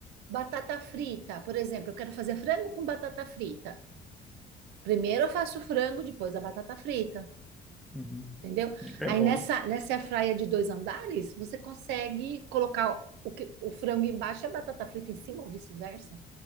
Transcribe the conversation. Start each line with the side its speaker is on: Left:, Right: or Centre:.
Right: batata frita, por exemplo, eu quero fazer frango com batata frita. Primeiro eu faço o frango, depois a batata frita,
Centre: Uhum.
Right: entendeu?
Centre: É
Right: Aí
Centre: bom.
Right: nessa nessa airfryer de dois andares, você consegue colocar o, que- o frango embaixo e a batata frita em cima ou vice-versa.